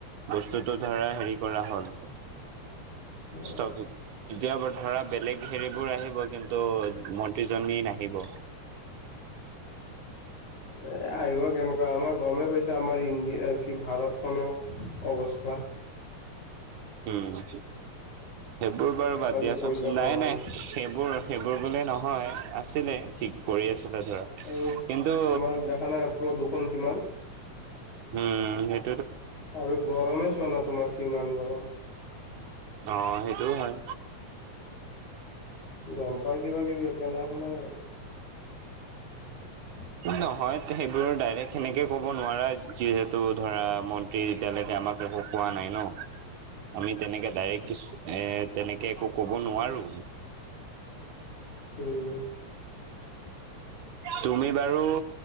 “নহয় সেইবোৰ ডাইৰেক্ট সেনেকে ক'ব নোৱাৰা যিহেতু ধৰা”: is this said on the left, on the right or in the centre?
Right